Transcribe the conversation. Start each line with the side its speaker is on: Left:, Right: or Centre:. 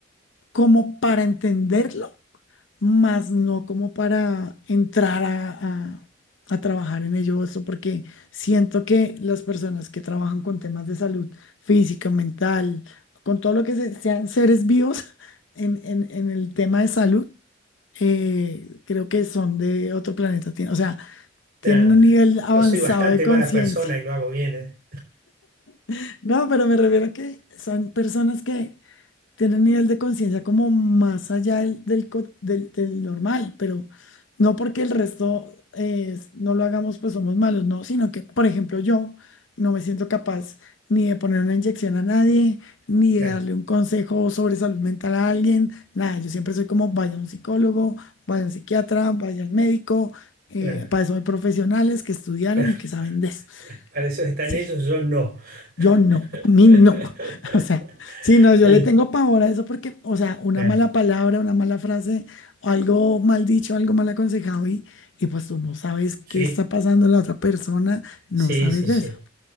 Left: como para entenderlo más no como para entrar a, a- a trabajar en ello, eso porque siento que las personas que trabajan con temas de salud física, mental, con todo lo que se- sean seres vivos <laughs> en, en- en el tema de salud, eh, creo que son de otro planeta, tien- o sea, tienen
Right: nada.
Left: un nivel avanzado
Right: Yo soy bastante
Left: de conciencia.
Right: mala persona y lo hago bien, ¿eh?
Left: <laughs> No, pero me refiero a que son personas que tiene un nivel de conciencia como más allá del, del, co- del- del normal, pero no porque el resto eh, no lo hagamos, pues somos malos, no, sino que, por ejemplo, yo no me siento capaz ni de poner una inyección a nadie, ni
Right: Claro,
Left: de darle un consejo sobre salud mental a alguien, nada, yo siempre soy como, vaya a un psicólogo, vaya a un psiquiatra, vaya al médico, eh,
Right: claro,
Left: para eso hay profesionales que estudiaron
Right: claro.
Left: y que saben de eso,
Right: Para eso están
Left: sí.
Right: ellos, yo no. <laughs>
Left: Yo no, a mí no. <laughs> O sea, sí, no, yo
Right: Eh,
Left: le tengo pavor a eso porque, o sea, una
Right: claro,
Left: mala palabra, una mala frase, o algo mal dicho, algo mal aconsejado y, y pues tú no sabes qué
Right: sí,
Left: está pasando la otra persona, no
Right: sí,
Left: sabes
Right: sí,
Left: de
Right: sí.
Left: eso.